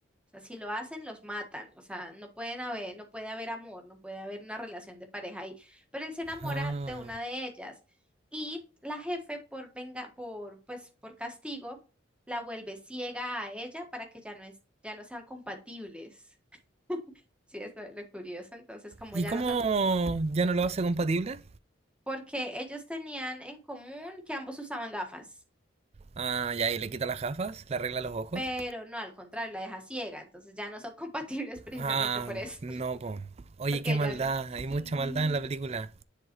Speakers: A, in the centre; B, on the right.
A: O sea, si lo hacen, los matan. O sea, no pueden haber, no puede haber amor, no puede haber una relación de pareja ahí. Pero él se enamora
B: Ah.
A: de una de ellas y la jefe por venga, por pues por castigo, la vuelve ciega a ella para que ya no es, ya no sean compatibles. Sí, es lo, lo curioso. Entonces, como
B: ¿Y
A: ya
B: cómo
A: no son,
B: ya no lo hace compatible?
A: porque ellos tenían en común que ambos usaban gafas.
B: Ah, ya, y le quita las gafas, le arregla los ojos.
A: pero no, al contrario, la deja ciega, entonces ya no son <laughs> compatibles precisamente
B: Ah,
A: por eso,
B: no,
A: <laughs>
B: po. Oye,
A: porque
B: qué
A: ella
B: maldad,
A: no. Sí,
B: hay mucha maldad en la película.